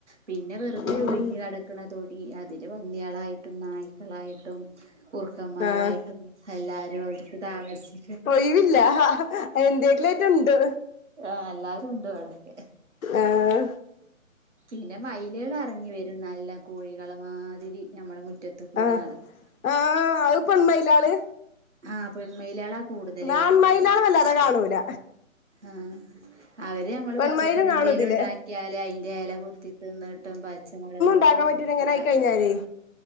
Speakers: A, on the right; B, on the left.
A: പിന്നെ വെറുതേ
B: ഉം
A: ഒഴിഞ്ഞ് കെടക്കണതൊടി അതില് പന്നികളായിട്ടും നായ്ക്കളായിട്ടും കുർക്കന്മാരായിട്ടും
B: ആഹ്
A: എല്ലാരും അവർക്ക് താമസി
B: ഒയിവില്ല എന്തേക്കിലായിറ്റുണ്ട്
A: ആഹ് എല്ലാരും ഉണ്ട് ഇവിടൊക്കെ
B: ആഹ്
A: പിന്നെ മയില്കൾ ഇറങ്ങി വരും നല്ല കോഴികളെ മാതിരി നമ്മുടെ മുറ്റത്ത് കൂടെ
B: ആഹ്
A: നടക്കും
B: ആഹ് അത് പെൺമയിലാള്
A: ആഹ് പെണ്മയിലാളാ കൂടുതൽ കാണാറ്
B: ആൺമയിലാണ് വല്ലാതെ കാണൂല
A: ആഹ് അവര് നമ്മള്
B: പെൺമയിലും
A: പച്ചക്കറി
B: കാണുതില്
A: എന്തേലും ഉണ്ടാക്കിയാല് അയ്ന്റെ എല കൊത്തി തിന്ന്ട്ടും പച്ചമുളക് കൊത്തി
B: <unintelligible>
A: തിന്നിട്ടും
B: ഇങ്ങന
A: ഉണ്ടാക്കാൻ
B: ആയിക്കഴിഞ്ഞാല്
A: പറ്റും